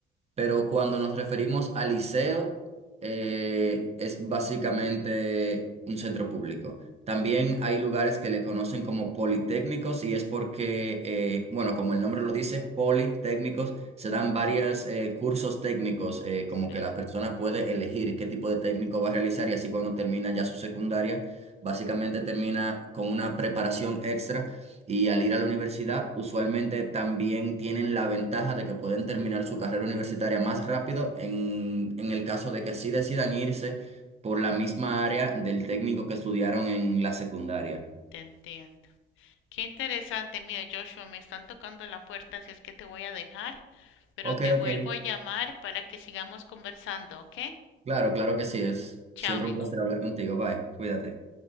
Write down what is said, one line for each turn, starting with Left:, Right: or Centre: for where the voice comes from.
Right: Pero cuando nos referimos a liceo, eh, es básicamente un centro público. También hay lugares que le conocen como politécnicos y es porque, eh, bueno, como el nombre lo dice, politécnicos, se dan varios cursos técnicos, eh,
Left: sí,
Right: como que la persona puede elegir qué tipo de técnico va a realizar y así cuando termina ya su secundaria, básicamente termina con una preparación extra y al ir a la universidad, usualmente también tienen la ventaja de que pueden terminar su carrera universitaria más rápido en, en el caso de que sí decidan irse por la misma área del técnico que estudiaron en la secundaria.
Left: te entiendo. Qué interesante, mira Joshua, me están tocando la puerta, así es que te voy a dejar. pero
Right: Ok,
Left: te vuelvo
Right: ok.
Left: a llamar para que sigamos conversando, ¿ok?
Right: Claro, claro que sí es.
Left: Chao,
Right: Siempre
Left: amigo.
Right: un placer hablar contigo. Bye. Cuídate.